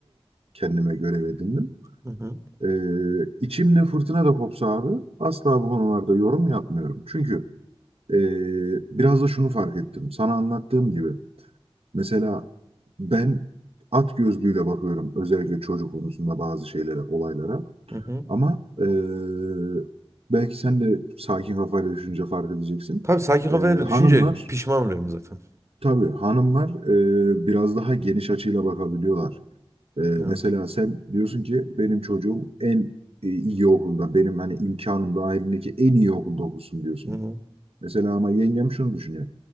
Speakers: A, on the right; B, on the right.
A: kendime görev edindim.
B: Hı-hı.
A: Ee, içimde fırtına da kopsa abi asla bu konularda yorum yapmıyorum. Çünkü Ee, biraz da şunu fark ettim. Sana anlattığım gibi mesela ben at gözlüğüyle bakıyorum özellikle çocuk konusunda bazı şeylere, olaylara.
B: Hı-hı.
A: Ama ee, belki sen de sakin kafayla düşünce fark edeceksin.
B: Tabii sakin kafayla
A: Ee,
B: da
A: hanımlar
B: düşünce pişman oluyorum zaten.
A: tabii hanımlar ee, biraz daha geniş açıyla bakabiliyorlar. Ee, mesela
B: Evet.
A: sen diyorsun ki benim çocuğum en e, iyi okulda, benim hani imkanım dahilindeki en iyi okulda okusun diyorsun.
B: Hı-hı.
A: Mesela ama yengem şunu düşünüyor.